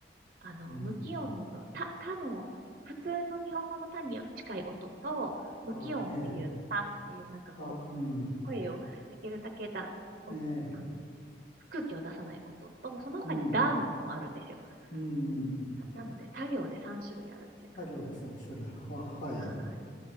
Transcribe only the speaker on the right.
あの、
無気音の、た、たの、普通の日本語のたに近い音と、無気音っていう、
たっていう、なんかこう、
声をできるだけだ、お、
あの、空気を出さない音と、その他にだの音もあるんですよ。
な、なので、他行で3種類あるっていう感じです。
はい。